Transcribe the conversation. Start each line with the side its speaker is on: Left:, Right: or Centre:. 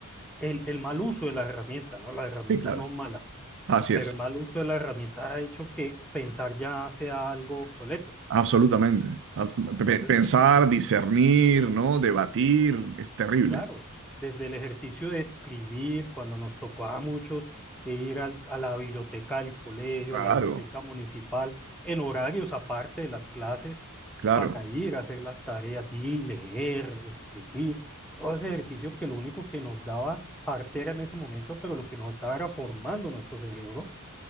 Centre: el, el mal uso de las herramientas, ¿no? Las herramientas
Right: Sí, claro.
Centre: no son malas
Right: Así
Centre: pero
Right: es.
Centre: el mal uso de la herramienta ha hecho que pensar ya sea algo obsoleto.
Right: Absolutamente. Abs-
Centre: Entonces,
Right: pe- Pensar,
Centre: pues tenemos,
Right: discernir, ¿no? Debatir, es terrible.
Centre: claro, desde el ejercicio de escribir, cuando nos tocó a muchos e ir al- a la biblioteca del colegio,
Right: Claro,
Centre: a la biblioteca municipal, en horarios aparte de las clases,
Right: claro,
Centre: para ir a hacer las tareas y leer, escribir, todo ese ejercicio que lo único que nos daba artera en ese momento, pero lo que nos estaba era formando nuestro cerebro,